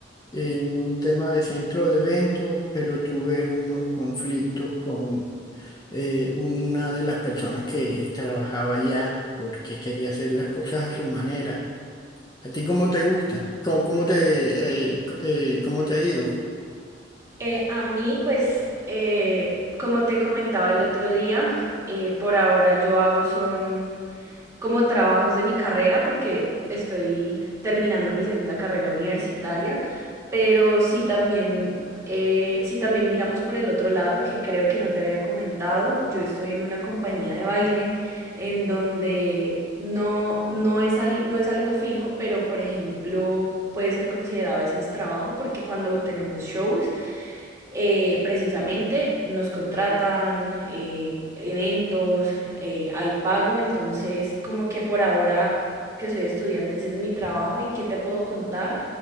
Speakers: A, on the left (about 20°); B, on the right (about 15°).
A: en un tema de centro de eventos, pero tuve unos conflictos con eh, una de las personas que trabajaba allá porque quería hacer las cosas a su manera. ¿A ti cómo te gusta? ¿Cómo, cómo te, eh, eh, cómo te ha ido?
B: Eh, a mí, pues, eh, como te comentaba el otro día, eh, por ahora yo hago son como trabajos de mi carrera porque estoy terminando mi segunda carrera universitaria, pero sí también, eh, sí también miramos por el otro lado, que creo que no te había comentado, yo estoy en una compañía de baile en donde no, no es, al- no es algo fijo, pero por ejemplo puede ser considerado a veces trabajo porque cuando tenemos shows, eh, precisamente nos contratan eh, eventos, eh, hay pago, entonces como que por ahora que soy estudiante ese es mi trabajo y qué te puedo contar,